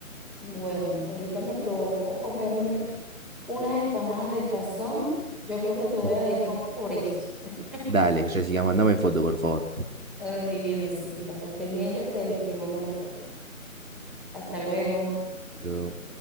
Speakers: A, in the centre; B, on the right.
A: Bueno, ahorita me provocó comerme unas empanadas de cazón. Yo creo que te voy
B: Ujú.
A: a dejar por eso. <laughs>
B: Dale, Jessica, mandame foto, por favor.
A: Ay, divino, sí. Cuando esté en ella te, te mando la foto. Hasta luego.
B: Pero-